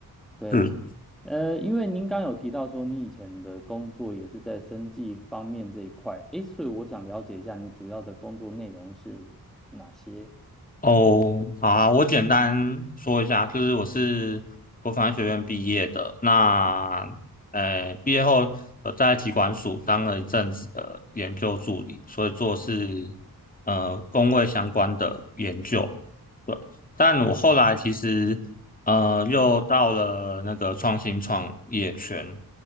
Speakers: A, in the centre; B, on the left (about 20°).
A: 对，
B: 是
A: 呃，因为您刚有提到说你以前的工作也是在生技方面这一块，诶，所以我想了解一下你主要的工作内容是哪些？
B: 哦。好啊，我简单说一下，就是我是国防学院毕业的。那呃，毕业后我在体管署当了一阵子的研究助理，所以做是呃工位相关的研究。对，但我后来其实呃又到了那个创新创业圈，